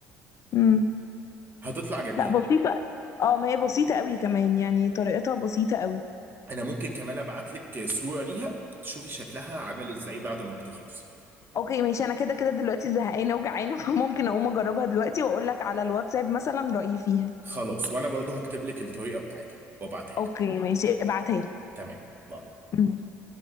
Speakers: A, on the left; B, on the right.
A: امم
B: هتطلع جميل
A: لا بسيطة اه ما هي بسيطة قوي كمان يعني طريقتها بسيطة قوي
B: انا ممكن كمان ابعت لك صوره ليها تشوفي شكلها عامل ازاي بعد ما بتخلص
A: اوكي ماشي انا كده كده دلوقتي زهقانة وجعانة <laughs> فممكن اقوم اجربها دلوقتي واقول لك على الواتساب مثلا رأيي فيها
B: خلاص وانا برضه هكتب لك الطريقه بتاعتها وابعتها
A: اوكي
B: لك
A: ماشي ابعتها
B: تمام باي
A: لي